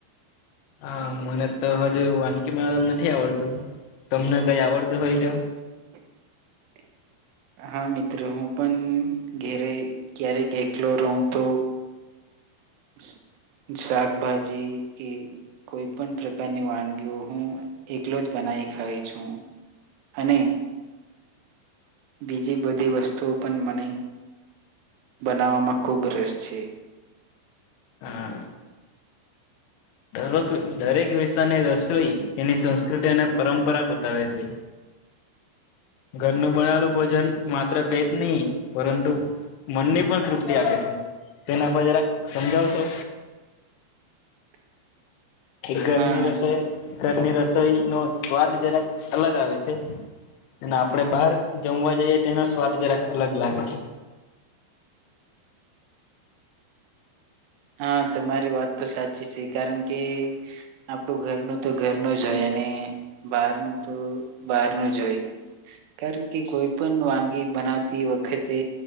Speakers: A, on the left (about 75°); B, on the right (about 75°).
A: હા મુંને તો હજુ વાનકીી મેળવતા નથી આવડતું તમને કઈ આવડતું હોય તો
B: <inaudible> હા મિત્રો હું પણ ઘેરે ક્યારેકલો રહું તો <inaudible> શાકભાજી કે કોઈ પણ પ્રકારની વાનગીઓ હું એકલો જ બના ના ખાય છું અને બીજી બધી વસ્તુઓ પણ મને બનાવવામાં ખૂબ રસ છે
A: હા દક દરેક વિસ્તારની રસોઈ તેની સંસ્કૃતિ અને પરંપરા બતાવે છે
B: <inaudible>
A: ઘરનું બનાલું ભોજન માત્ર બે જ નહીિ પરંતુ મનને પણ તૃપ્તિ આપે છે તેને પર જરાક સમજાવશો
B: <inaudible>
A: એ ઘરની
B: હા
A: રસોઈ ઘરની રસોઈ નો સ્વાદ જેરા અલગ આવે છે અને આપડણે બહાર જમવા જઈએ તો એનો સ્વાદ જરાક અલગ લાગે છે
B: <inaudible> હા તમારી વાત તો સાચી છે કારણ કે આપડું ઘરનું તો ઘર ન જ હોય અને બારનું તો બહાર ન જો હોય કારણ કે કોઈ પણ વાનગી બનાવતી વખતે